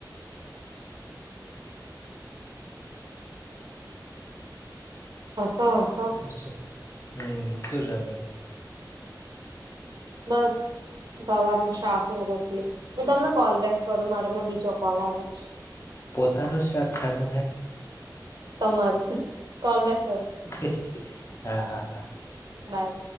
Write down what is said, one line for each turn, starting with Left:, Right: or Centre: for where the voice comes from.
Right: હસો. હસો
Left: <inaudible> સુ જમી
Right: બસ ગવાર ન શાક ન રોટલી મેું તમને કોલ બેેક કરું મારામાં બીજો કોલ આવે જ
Left: પોતાનું શાક ખાધું હ
Right: તમાર ક બક
Left: <inaudible> હા હા હા
Right: બાય